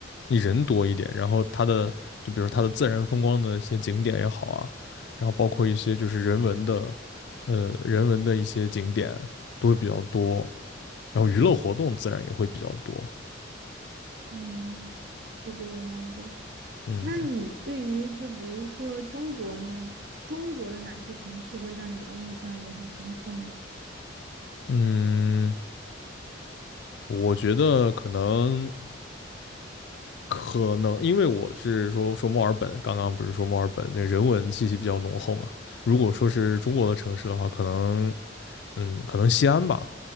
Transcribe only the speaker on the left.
你人多一点，然后它的就比如说它的自然风光的一些景点也好啊，然后包括一些就是人文的，呃，人文的一些景点啊都会比较多，然后娱乐活动自然也会比较多。
嗯
嗯，我觉得可能可能，因为我是说说墨尔本，刚刚不是说墨尔本那人文气息比较浓厚嘛。如果说是中国的城市的话，可能嗯，可能西安吧，